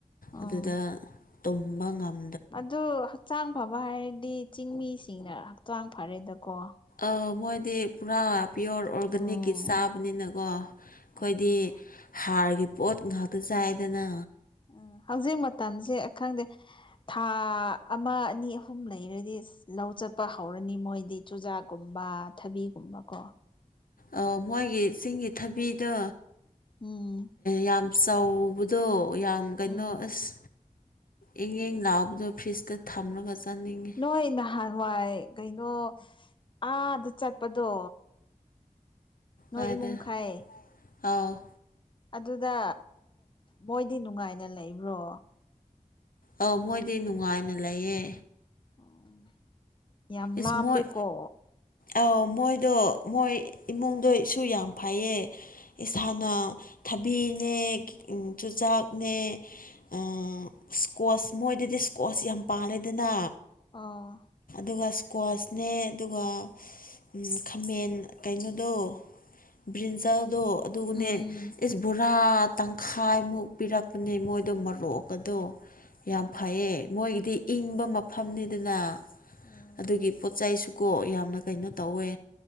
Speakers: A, on the left (about 35°); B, on the left (about 75°).
A: ꯑꯣ
B: ꯑꯗꯨꯗ ꯇꯨꯝꯕ ꯉꯝ
A: ꯑꯗꯨ ꯍꯛꯆꯥꯡ ꯐꯕ ꯍꯥꯏꯔꯗꯤ ꯆꯤꯡꯃꯤꯁꯤꯡꯅ ꯍꯛꯆꯥꯡ ꯐꯥꯔꯦꯗꯀꯣ
B: ꯑꯥ ꯃꯣꯏꯗꯤ ꯄꯨꯔꯥ ꯄꯤꯌꯣꯔ ꯑꯣꯔꯒꯥꯅꯤꯛꯀꯤ
A: ꯎꯝ
B: ꯆꯥꯕꯅꯤꯅꯀꯣ ꯑꯈꯣꯏꯗꯤ
A: ꯑꯗꯨꯅꯦ
B: ꯍꯥꯔꯒꯤ ꯄꯣꯠ ꯉꯥꯛꯇ ꯆꯥꯏꯌꯦꯅ
A: ꯑꯥ ꯍꯧꯖꯤꯛ ꯃꯇꯝꯁꯦ ꯈꯪꯗꯦ ꯊꯥ ꯑꯃꯥ ꯑꯅꯤ ꯑꯍꯨꯝ ꯂꯩꯔꯗꯤ ꯂꯧ ꯆꯠꯄ ꯍꯧꯔꯅꯤ ꯃꯣꯏꯗꯤ ꯆꯨꯖꯥꯛꯀꯨꯝꯕ ꯊꯕꯤꯒꯨꯝꯕ ꯀꯣ
B: ꯑꯥ ꯃꯣꯏꯒꯤ ꯆꯤꯡꯒꯤ ꯊꯥꯕꯤꯗꯣ
A: ꯎꯝ
B: ꯌꯥꯝ ꯆꯥꯎꯕ ꯑꯗꯨ ꯌꯥꯝ ꯀꯩꯅꯣ
A: ꯎꯝ
B: ꯑꯁ ꯏꯪ ꯏꯪ ꯂꯥꯛꯕꯗꯨ ꯐ꯭ꯔꯤꯖꯇ ꯊꯝꯂꯒ ꯆꯥꯅꯤꯡꯉꯤ
A: ꯍꯣꯏ ꯅꯍꯥꯟꯋꯥꯏ ꯀꯩꯅꯣ ꯑꯥꯗ ꯆꯠꯄꯗꯣ ꯅꯣꯏ
B: ꯍꯣꯏꯗ
A: ꯏꯃꯨꯡꯈꯩ
B: ꯑꯧ
A: ꯑꯗꯨꯗ ꯃꯣꯏꯗꯤ ꯅꯨꯡꯉꯥꯏꯅ ꯂꯩꯕ꯭ꯔꯣ
B: ꯑꯧ ꯃꯣꯏꯗꯤ ꯅꯨꯡꯉꯥꯏꯅ ꯂꯩꯌꯦ
A: ꯎꯝ ꯌꯥꯝ
B: ꯏꯁꯃꯨꯠ
A: ꯂꯥꯞꯄꯦꯀꯣ
B: ꯑꯧ ꯃꯣꯏꯗꯣ ꯃꯣꯏ ꯏꯃꯨꯡꯗꯣ ꯏꯁꯨ ꯌꯥꯝ ꯐꯩꯌꯦ ꯏꯁꯥꯅ
A: ꯎꯝ
B: ꯊꯕꯤꯅꯦ ꯀꯤ ꯑꯝ ꯆꯨꯖꯥꯛꯅꯦ ꯑꯥ ꯏꯁꯀꯣꯁ ꯃꯣꯏꯗꯗꯤ ꯏꯁꯀꯣꯁ ꯌꯥꯝ ꯄꯥꯂꯦꯗꯅ
A: ꯑꯥ
B: ꯑꯗꯨꯒ ꯏꯁ꯭ꯀ꯭ꯋꯥꯁꯅꯦ ꯑꯗꯨꯒ ꯑꯝ ꯈꯥꯃꯦꯟ ꯀꯩꯅꯣꯗꯣ ꯕ꯭ꯔꯤꯟꯖꯥꯜꯗꯣ ꯑꯗꯨꯒꯅꯦ
A: ꯎꯝ
B: ꯏꯁ ꯄꯨꯔꯥ ꯇꯪꯈꯥꯏꯃꯨꯛ ꯄꯤꯔꯛꯄꯅꯦ ꯃꯣꯏꯗꯣ ꯃꯔꯣꯛꯀꯗꯣ ꯌꯥꯝ
A: ꯎꯝ
B: ꯐꯩꯌꯦ ꯃꯣꯏꯒꯤꯗꯤ ꯏꯪꯕ ꯃꯐꯝꯅꯤꯗꯅ
A: ꯎꯝ
B: ꯑꯗꯨꯒꯤ ꯄꯣꯠ ꯆꯩꯁꯨꯀꯣ ꯌꯥꯝꯅ ꯀꯩꯅꯣ ꯇꯧꯋꯦ